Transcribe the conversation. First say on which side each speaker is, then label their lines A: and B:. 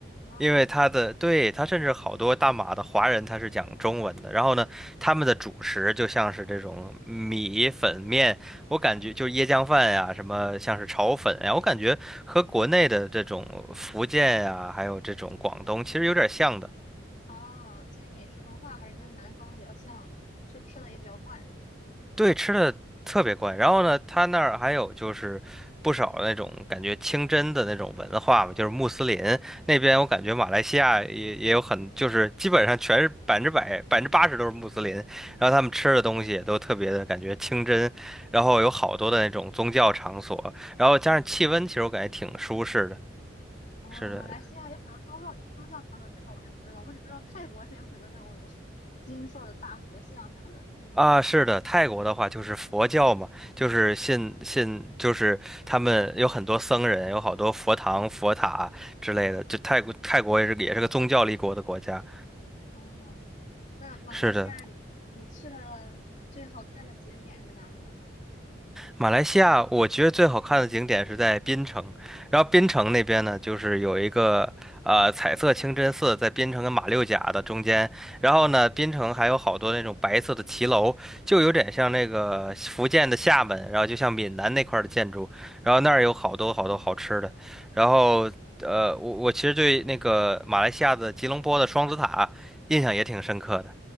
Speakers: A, on the left; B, in the centre.
A: 哦
B: 因为他的，对，他甚至好多大马的华人他是讲中文的，然后呢，他们的主食就像是这种米粉面，我感觉就是椰浆饭呀，什么像是炒粉呀，我感觉和国内的这种福建呀，还有这种广东其实有点像的。
A: 哦，其实饮食文化还是跟南方比较像的，吃吃的也比较惯。
B: 对，吃的特别怪。然后呢，他那儿还有就是不少那种感觉清真的那种文化嘛，就是穆斯林那边，我感觉马来西亚也也有很，就是基本上全是百分之百、百分之八十都是穆斯林。然后他们吃的东西也都特别的感觉清真，然后有好多的那种宗教场所，然后加上气温，其实我感觉挺舒适的。
A: 哦，
B: 是的，
A: 马来西亚有很多宗教宗教场所，这个我也不知道，我只知道泰国是有很多那种 <laughs> 金色的大佛像啥的。
B: 啊，是的，泰国的话就是佛教嘛，就是信信，就是他们有很多僧人，有好多佛堂、佛塔之类的。就泰国，泰国也是也是个宗教立国的国家。
A: 哦。那马来西亚
B: 是的，
A: 你去了最好看的景点是哪里呢？
B: 马来西亚，我觉得最好看的景点是在槟城，然后槟城那边呢，就是有一个呃彩色清真寺，在槟城跟马六甲的中间，然后呢，槟城还有好多那种白色的骑楼，就有点像那个福建的厦门，然后就像闽南那块儿的建筑，然后那儿有好多好多好吃的，然后呃，我我其实对那个马来西亚的吉隆坡的双子塔印象也挺深刻的，